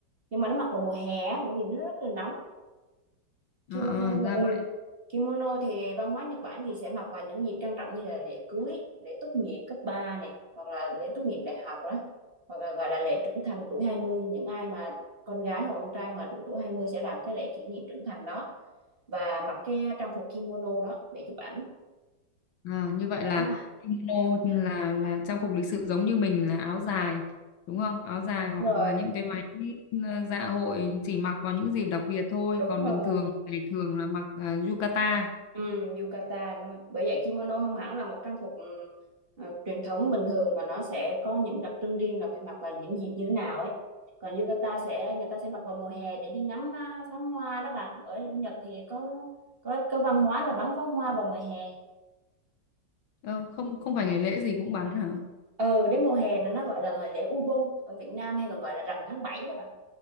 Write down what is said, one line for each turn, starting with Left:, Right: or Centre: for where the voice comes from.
Right: nhưng mà nó mặc vào mùa hè á, bởi vì nó rất là nóng Kimono,
Left: à, à, ra
Right: ừ.
Left: vậy
Right: Kimono thì văn hóa Nhật Bản thì sẽ mặc vào những dịp trang trọng như là lễ cưới, lễ tốt nghiệp cấp 3 này, hoặc là lễ tốt nghiệp đại học đó, hoặc là gọi là lễ trưởng thành tuổi hai mươi những ai mà con gái hoặc con trai mà đủ tuổi 20 sẽ làm cái lễ kỷ niệm trưởng thành đó và mặc cái trang phục kimono đó để chụp ảnh.
Left: À, như vậy
Right: Đó,
Left: là kimono là là trang phục lịch sự giống như mình là áo dài đúng không? Áo dài
Right: đúng
Left: hoặc
Right: rồi,
Left: là những cái váy ờ, dạ hội chỉ mặc vào những dịp đặc biệt thôi,
Right: đúng
Left: còn
Right: rồi.
Left: bình thường ngày thường là mặc ờ, yukata.
Right: Ừ, yukata đúng rồi. Bởi vậy kimono không hẳn là một trang phục ừ, ờ, truyền thống bình thường mà nó sẽ có những đặc trưng riêng là phải mặc vào những dịp như thế nào ấy. Còn yukata sẽ người ta sẽ mặc vào mùa hè để đi ngắm à, pháo hoa đó bà. Ở Nhật thì có có có văn hóa là bắn pháo hoa vào mùa hè.
Left: Ờ, không không phải ngày lễ gì cũng bắn hả?
Right: Ừ, đến mùa hè là nó gọi là gọi lễ Ubon ở Việt Nam hay còn gọi là rằm tháng 7 đó bà.